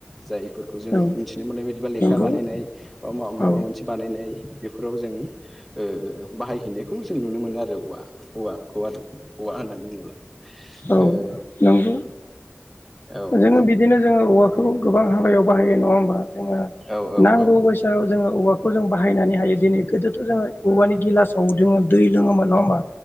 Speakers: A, in the centre; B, on the left.
A: जाय फोरखौ जों
B: औ
A: मिथिनो मोननाय बायदिबा लेखा
B: नंगौ
A: बानायनाय बा माबा
B: औ
A: मोनसे बानायनाय बेफोराव जों ओ बाहायहैनायखौ जों नुनो मोनो आरो औवा औवाखौ आरो औवा होनना बुङोब्ला
B: औ
A: ओ
B: नंगौ
A: औ
B: जोङो बिदिनो जोङो औवाखौ गोबां हाबायाव बाहायो नङा होमबा जोंहा
A: औ औ
B: नांगौ
A: औ
B: बायसा जोङो औवाखौ जों बाहायनानै हायो दिनै गोदोथ' जोङो औवानि गिलासाव जोङो दै लोङोमोन नङा होमबा